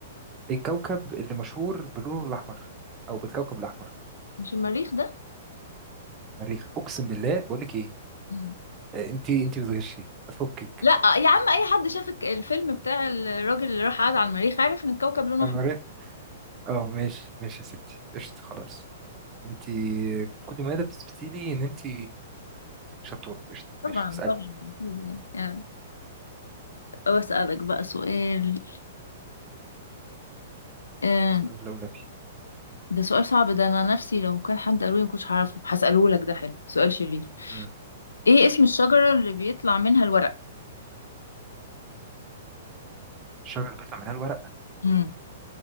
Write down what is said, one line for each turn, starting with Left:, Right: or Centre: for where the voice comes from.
Right: الكوكب اللي مشهور بلونه الاحمر او بالكوكب الاحمر
Left: مش المريخ
Right: المريخ اقسم بالله بقول لك ايه
Left: ده
Right: آه، انت انت بتغشي فكك
Left: لا يا عم اي حد شاف الك- الفيلم بتاع الراجل اللي راح قعد على المريخ عارف ان الكوكب لونه
Right: المريخ
Left: احمر
Right: اه ماشي ماشي يا ستي قشطة خلاص انت كل مادة بتثبتي لي ان انت شطورة قشطة
Left: طبعا
Right: ماشي اسألك
Left: طبعا اكيد يعني يعني طب اسالك بقى سؤال آه،
Right: سؤال لولبي
Left: ده سؤال صعب ده انا نفسي لو كان حد قالولي ما كنتش هعرفه هساله لك ده حلو سؤال شرير
Right: امم ماشي
Left: ايه اسم الشجره اللي بيطلع منها الورق
Right: الشجرة بيطلع منها الورق
Left: امم